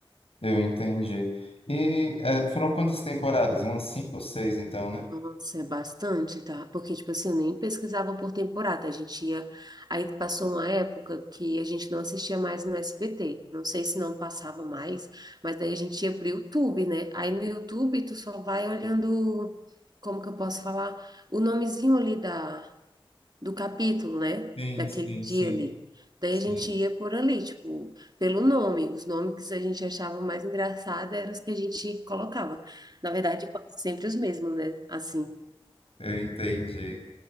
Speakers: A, on the left; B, on the right.
A: eu entendi. E eh, foram quantas temporadas? Umas cinco ou seis, então, né?
B: Nossa, é bastante, tá? Porque, tipo assim, eu nem pesquisava por temporada. A gente ia. Aí passou uma época que a gente não assistia mais no SBT. Não sei se não passava mais, mas daí a gente ia pro YouTube, né? Aí no YouTube tu só vai olhando, como que eu posso falar? O nomezinho ali da, do capítulo, né?
A: Sim,
B: Daquele
A: sim,
B: dia
A: sim,
B: ali. Daí
A: sim.
B: a gente ia por ali, tipo, pelo nome. Os nomes que a gente achava mais engraçado eram os que a gente colocava. Na verdade, quase sempre os mesmos, né? Assim.
A: Eu entendi.